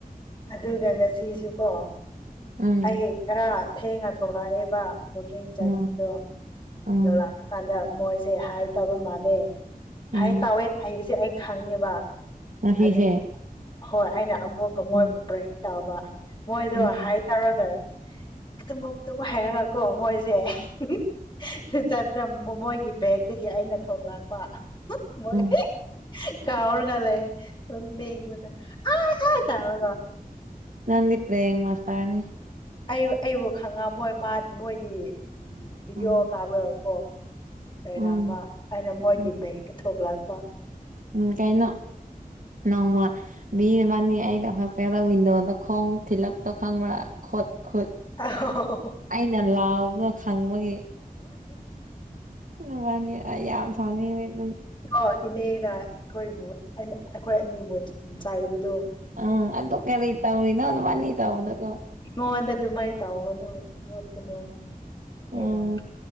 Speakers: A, on the left (about 30°); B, on the right (about 65°).
A: ꯑꯗꯨꯒ ꯉꯁꯤꯁꯨꯀꯣ
B: ꯎꯝ
A: ꯑꯩ ꯈꯔ ꯊꯦꯡꯉ ꯊꯣꯛꯂꯛꯑꯦꯕ ꯋꯀꯤꯡ ꯆꯠꯄꯗꯣ
B: ꯎꯝ ꯎꯝ
A: ꯂꯥꯛꯄ ꯀꯥꯟꯗ ꯃꯣꯏꯁꯦ ꯍꯥꯏ ꯇꯕ ꯃꯥꯜꯂꯦ
B: ꯎꯝ
A: ꯍꯥꯏ ꯇꯥꯎꯋꯦ ꯍꯥꯏꯕꯁꯦ ꯑꯩ ꯈꯪꯉꯦꯕ
B: ꯉꯁꯤꯁꯦ
A: ꯑꯗꯨ ꯍꯣꯏ ꯑꯩꯅ ꯑꯃꯨꯛꯀ ꯃꯣꯏꯕꯨ
B: ꯎꯝ
A: ꯄ꯭ꯔꯦꯡ ꯇꯧꯕ ꯃꯣꯏꯗꯣ
B: ꯎꯝ
A: ꯍꯥꯏ ꯇꯧꯔꯒ ꯇꯨꯝꯃꯨ ꯇꯨꯝ ꯍꯥꯏꯔꯒꯀꯣ ꯃꯣꯏꯁꯦ <unintelligible> <unintelligible> ꯃꯣꯏꯒꯤ ꯕꯦꯛꯗꯒꯤ ꯑꯩꯅ ꯊꯣꯛꯂꯛꯄ ꯃꯣꯏ
B: ꯎꯝ
A: ꯀꯥꯥꯎꯔꯒ ꯂꯩꯌꯦ ꯃꯤꯉꯣꯟꯗ ꯑꯥꯢ ꯑꯥꯢ ꯇꯧꯔꯒꯥ
B: ꯅꯪꯗꯤ ꯄ꯭ꯔꯦꯡ ꯃꯥꯁꯇꯔꯅꯦ
A: ꯑꯩ ꯑꯩꯕꯨ ꯈꯪꯉꯃꯣꯏ ꯃꯥ ꯃꯣꯏꯗꯤ ꯎꯝ ꯚꯤꯗꯤꯑꯣ
B: ꯎꯝ
A: ꯀꯥꯕ꯭ꯔ ꯀꯣ ꯂꯩꯔꯝꯕ
B: ꯎꯝ
A: ꯑꯩꯅ ꯃꯣꯏꯒꯤ
B: ꯎꯝ
A: ꯕꯦꯛꯇ ꯊꯣꯛꯂꯛꯄ
B: ꯎꯝ ꯀꯩꯅꯣ ꯅꯣꯡꯃ ꯃꯤ ꯑꯃꯅꯦ ꯑꯩꯅ ꯍꯣꯁꯇꯦꯜꯗ ꯋꯤꯟꯗꯣꯗ ꯈꯣꯡ ꯊꯤꯜꯂꯛꯇ ꯈꯪꯕ꯭ꯔꯥ ꯈꯨꯠ ꯈꯨꯠ
A: ꯑꯍꯣꯍꯣꯍꯣ
B: ꯑꯩꯅ ꯂꯥꯎꯕꯗꯣ ꯈꯪꯕꯒꯤ ꯅꯕꯅꯤ ꯑꯩ ꯌꯥꯝ ꯁꯅꯤꯡꯅꯦ ꯑꯗꯨꯝ
A: ꯑꯣ ꯏꯅꯦꯅ ꯑꯩꯈꯣꯏꯕꯨ ꯑꯟ ꯑꯩꯈꯣꯏ ꯑꯅꯤꯕꯨ ꯆꯥꯏꯕꯗꯣ
B: ꯎꯝ ꯑꯗꯨ ꯀꯔꯤ ꯇꯧꯔꯤꯅꯣ ꯅꯕꯥꯅꯤ ꯇꯧꯕꯗꯀꯣ
A: ꯅꯣꯟꯗ ꯗꯨꯃꯥꯏ ꯇꯥꯎꯒꯅꯨ ꯅꯣꯠꯀꯅꯨ ꯍꯥꯏꯔꯛ
B: ꯎꯝ